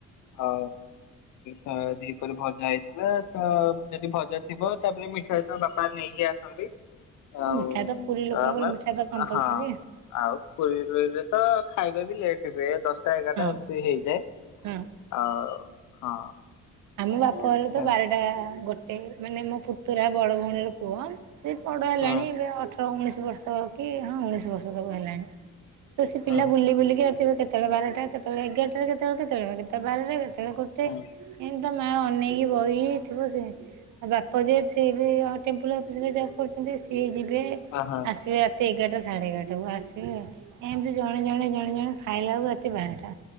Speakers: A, on the left (about 80°); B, on the right (about 80°).
A: ହ ତ ଦି ପରେ ଭଜା ହେଇଥିଲା ତ ଯଦି ଭଜା ଥିବ ତାପରେ ମିଠା ତ ବାପା ନେଇକି ଆସନ୍ତି। ଆଉ
B: ମିଠା ପୁରୀ ଲୋକଙ୍କର
A: ତ ଆମେ
B: ମିଠା ତ କମ୍ପଲସରୀ
A: ହଁ ଆଉ ଡେଲି ତ ଖାଇବା ବି ଲେଟ ହୁଏ ଦଶଟା ଏଗାରଟା
B: ହଁ
A: ଏମିତି ହେଇଯାଏ
B: ହଁ।
A: ଆଉ ହଁ।
B: ଆମ
A: ଆଉ
B: ବାପଘରେ ତ
A: ହୁଁ
B: ବାରଟା ଗୋଟେ ମାନେ ମୋ ପୁତୁରା ବଡ ଭଉଣୀର ପୁଅ ସେ ବଡ଼ ହେଲାଣି
A: ହୁଁ
B: ଏବେ ଅଠର ଉଣେଇଶ ବର୍ଷ କି ହଁ ଉଣେଇଶ ବର୍ଷ ସବୁ ହେଲାଣି। ତ ସେ
A: ହୁଁ
B: ପିଲା ବୁଲି ବୁଲିକି ଆସିବ କେତବେଳେ ବାରଟା କେତେବେଳେ ଏଗାରଟାରେ କେତେବେଳେ କେତେବେଳେ କେତେବେଳେ ବର ଟା କେତେବେଳେ ଗୋଟେ
A: ହଁ
B: ଏମିତି ତା ମା ଅନେଇକି ବଇଥିବ ଆଉ ବାପା ଯଏ ସିଏ ବି ଟେମ୍ପଲ ଅଫିସ ରେ ଯାଉ କରୁଛନ୍ତି ସିଏ ଯ ସେ
A: ହଁ
B: ଆସିବେ ରାତି ଏଗାରଟା ସାଢ଼େ ଏଗାରଟାକୁ ଆସିବେ ଏମିତି ଜଣେ ଜଣେ ଜଣେ ଜଣେ ଖାଇଲା ବେଳକୁ ରାତି ବାରଟା